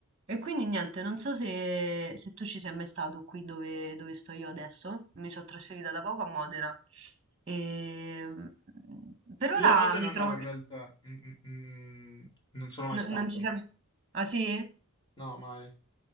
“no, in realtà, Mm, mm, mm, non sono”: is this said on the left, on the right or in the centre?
Left